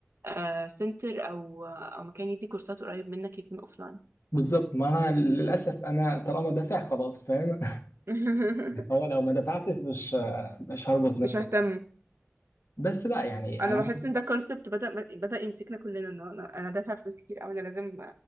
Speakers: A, on the right; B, on the left.
A: آه، سنتر او او مكان يدي كورسات قريب منك يكون اوفلاين
B: بالظبط ما انا للاسف انا طالما دافع خلاص فاهم
A: <laughs>
B: <laughs> هو لو ما دفعتش مش مش هربط نفسي
A: مش ههتم
B: بس لا يعني انا
A: انا بحس ان ده كونسبت بدأ بدأ يمسكنا كلنا ان انا انا دافع فلوس كتير او انا لازم